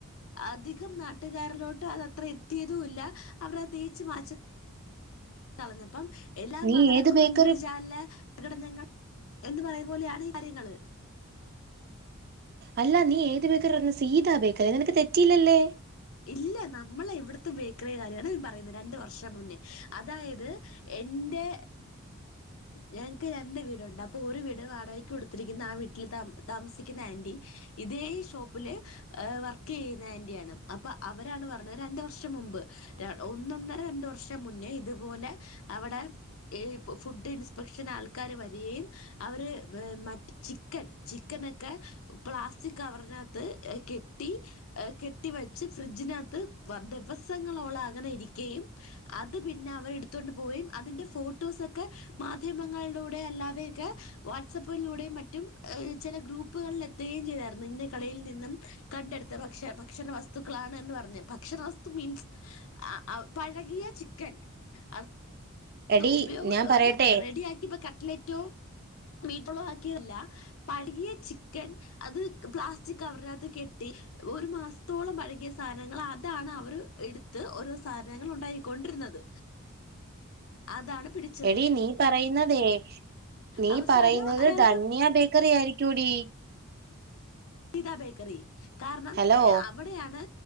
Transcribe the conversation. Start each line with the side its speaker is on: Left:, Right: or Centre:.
Left: അധികം നാട്ടുകാരിലോട്ട് അത് അത്ര എത്തിയതുമില്ല അവർ തേച്ച മാ കളഞ്ഞപ്പം എല്ലാം
Right: നീ
Left: നടക്കും
Right: ഏത് ബേക്കറി
Left: ഇന്ത്രജാല പ്രകടനങ്ങൾ എന്ന് പറയുന്ന പോലെയാണ് ഈ കാര്യങ്ങൾ
Right: അല്ല നീ ഏത് ബക്കറി പറഞ്ഞ സീതാ ബേക്കറി നിനക്ക് തെറ്റിയില്ലല്ലേ
Left: ഇല്ല നമ്മള ഇവിടുത്തെ ബക്കറി കാര്യമാണ് പറയുന്നത് രണ്ട് വർഷം മുന്നേ അതായത് എന്റെ ഞങ്ങൾക് രണ്ട് വീടുണ്ട് അപ്പൊ ഒരു വീട് വാടകയ്ക് കൊടുത്തിരിക്കുന്ന ആ വീട്ടിൽ ത താമസിക്കുന്ന ആന്റി ഇതേ ഷോപ്പില് വർക്ക് ചെയ്യുന്ന ആന്റിയാണ് അപ്പൊ അവരാണ് പറഞ്ഞത് രണ്ട് വർഷം മുമ്പ് ഒന്നൊന്നര രണ്ടു വർഷം മുന്നേ ഇതുപോലെ അവിടെ ഇപ്പോ ഫുഡ് ഇൻസ്പെക്ഷൻ ആൾക്കാർ വരികയും അവര് മറ്റ് ചിക്കൻ ചിക്കനൊക്കെ പ്ലാസ്റ്റിക് കവറിന് അകത്തു കെട്ടി കേ ട്ടി വെച്ച് ഫ്രിഡ്ജിനകത്ത് ദിവസങ്ങളോളം അങ്ങനെ ഇരിക്കുകയും അത് പിന്നെ അവർ എടുത്തൊണ്ട് പോവുകയും അതിന്റെ ഫോട്ടോസൊക്കെ മാധ്യമങ്ങളിലൂടെ അല്ലാതെയൊക്കെ വാട്സആപ്പിലൂടെ മറ്റും ചില ഗ്രൂപ്പുകളിൽ എത്തുകയും ചെയ്തായിരുന്നു ഇന്നാ കടയിൽ നിന്നും കണ്ടെടുത്ത ഭക്ഷ ഭക്ഷണ വസ്തുക്കളാണ്ന്ന് പറഞ് ഭക്ഷണ വസ്തു മീൻസ് ആ പഴകിയ ചിക്കൻ അ
Right: എടി
Left: ഉപയോഗ
Right: ഞാൻ പറയട്ടെ
Left: അത് റെഡി ആക്കിപ്പോ കട്ട്ലറ്റോ മീട്രോളോ ആക്കിയതല്ല പഴകിയ ചിക്കൻ അത് പ്ലാസ്റ്റിക് കവറിനകത്ത് കെട്ടി ഒരു മാസത്തോളം പഴകിയ സാധനങ്ങൾ അതാണ് അവർ എടുത്ത് ഓരോ സാധനങ്ങൾ ഉണ്ടായി കൊണ്ടിരുന്നത് അതാണ് പിടിച്ച
Right: എടി നീ പറയുന്നതേ നീ
Left: അവസാനം
Right: പറയുന്നത്
Left: അയാൾക്ക്
Right: ധന്യ ബേക്കറി ആയിരിക്കും എടി
Left: ത ബേക്കറി കാരണം
Right: ഹലോ
Left: അവിടെയാണ്